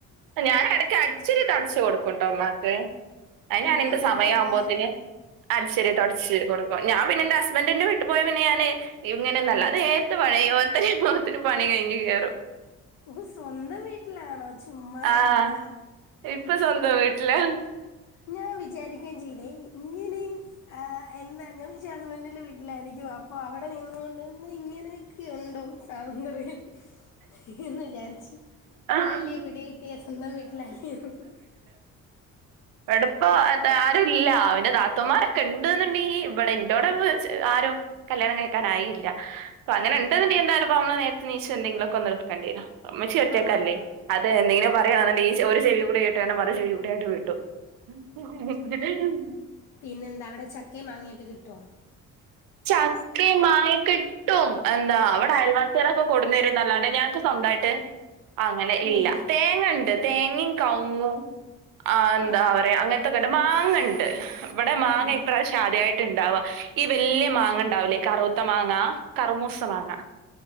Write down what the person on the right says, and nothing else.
ഞാനെടക്ക് അ ടിച്ചുവാരിതൊടച്ചു കൊടുക്കുട്ടോമ്മാക്ക് അത്
ഞാാനയിന്റെ
സമയാവുമ്പോത്ത്ന്
അടിച്ചരിതുടച്ച് കൊടുക്കും ഞാൻ പിന്നെ എന്റെ ഹസ്ബൻഡറിന്റെ വിട്ടു പോയാ പിന്നെ ഞാന്ൻ. ഇങ്ങനെന്നുല്ല അത് നേരത്തെ പണി കയ്യും ത്തിന് പണി കഴിഞ്ഞ് കയറും
ആഹ് ഇപ്പൊ സ്വന്തം വീട്ടിലാ
ആഹ്
ഇവിടുപ്പം അത ആരുല്ല എന്റെ നാത്തൂന്മാർ ക്കെണ്ട് എന്നുണ്ടെങ്കി ഇവിടെ എൻ്റോടെ ആരും കല്യാണം കഴിക്കാനായിയില്ല അപ്പൊ അങ്ങനെ
ഉണ്ട്ന്ന്ണ്ടെങ്കി
എന്തായാലുപ്പം നമ്മള് നേരത്തെ നീച്ച് എന്തെങ്കിലൊക്കെ ഒന്ന് എടുക്കേണ്ടി വരും ഇമ്മിച്ചിയൊറ്റക്ക്
അല്ലേ
അതെ എന്തെങ്കിലും പറയാണെങ്കിൽ ഈ ഒരു ചെവി കൂടി കേട്ട് മറു ചെവി കൂടെ ആട്ട് വിടും <inaudible>
ചാക്കയും മാങ്ങയും കിട്ടും എന്താ ഇവിടെ അയൽവാസികളൊക്കെ കൊടുുന്നരും എന്നല്ലാണ്ട് ഞങ്ങക്ക് സ്വന്തമായിട്ട് അങ്ങനെ
ഇല്ല തേങ്ങണ്ട് തേങ്ങയും കവങ്ങും ആ എന്താ
പറയാ അങ്ങനെ മാങ്ങ ഉണ്ട് ഇവിടെ മാങ്ങ
ഇപ്രാവശ്യമാദ്യയായിട്ട് ഉണ്ടാവാ ഈ വലിയ മാങ്ങ ഉണ്ടാവലേ കറൂത്ത മാങ്ങ കറുമൂസ മാങ്ങ